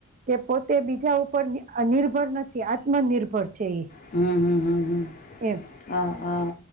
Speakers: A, on the right (about 35°); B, on the left (about 40°).
A: કે પોતે બીજા ઉપર નિર અ નિર નિર્ભર નથી આત્મનિર્ભર છે એ.
B: હમ્મ હમ્મ હમ્મ હમ્મ.
A: એમ.
B: હા હા